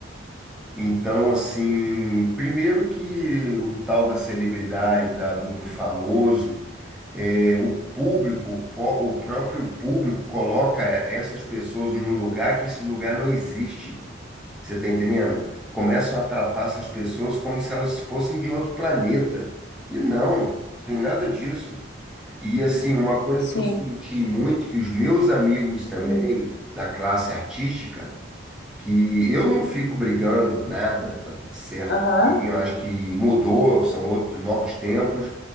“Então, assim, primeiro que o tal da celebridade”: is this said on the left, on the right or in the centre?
Centre